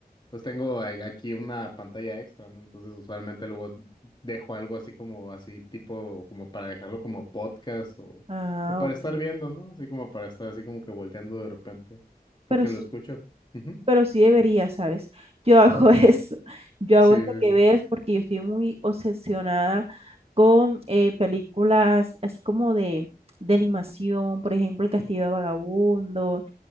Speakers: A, on the left; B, on the right.
A: pues tengo a- aquí una pantalla extra, ¿no? Entonces usualmente luego dejo algo así como así tipo, como para dejarlo como podcast o,
B: Ah,
A: o para
B: ok.
A: estar viendo, ¿no? Así como para estar así como que volteando de repente, porque
B: Pero sí,
A: lo escucho. Ujú.
B: pero sí debería, ¿sabes? Yo hago <laughs> eso, yo
A: Sí,
B: hago eso
A: sí,
B: que
A: sí.
B: ves porque yo estoy muy obsesionada con eh, películas así como de, de animación, por ejemplo, El Castillo de Vagabundo,